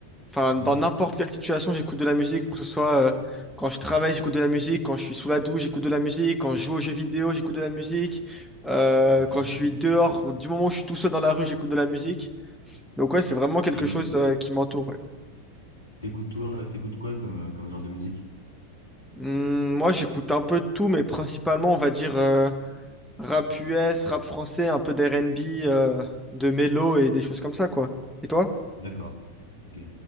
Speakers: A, in the centre; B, on the left.
A: Enfin,
B: Ouais,
A: dans n'importe quelle situation, j'écoute de la musique, pour que ce soit euh, quand je travaille, j'écoute de la musique, quand je suis sous la douche, j'écoute de la musique, quand je joue aux jeux vidéo, j'écoute de la musique, euh,
B: ok.
A: quand je suis dehors, du moment où je suis tout seul dans la rue, j'écoute de la musique. Donc ouais, c'est vraiment quelque
B: Et
A: chose euh, qui m'entoure. ouais.
B: t'écoutes toi, t'écoutes quoi comme, euh, comme genre de musique?
A: Hum, moi, j'écoute un peu de tout, mais principalement, on va dire. euh, Rap US, rap français, un peu d'R&B, euh, de mélo et des choses comme ça, quoi. Et toi?
B: D'accord, ok,